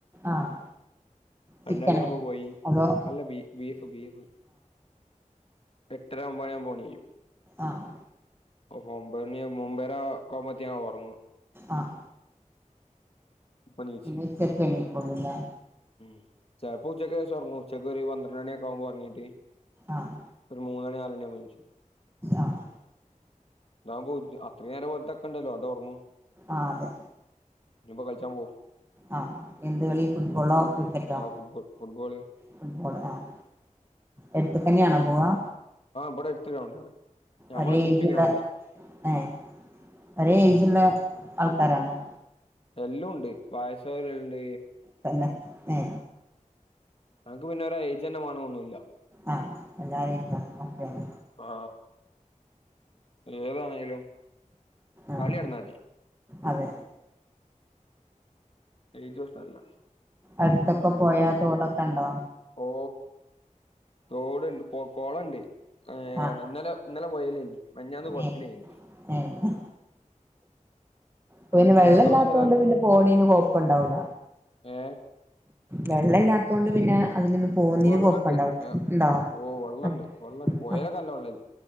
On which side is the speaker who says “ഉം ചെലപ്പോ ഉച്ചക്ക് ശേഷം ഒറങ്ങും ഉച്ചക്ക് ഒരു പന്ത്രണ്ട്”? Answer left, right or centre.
Left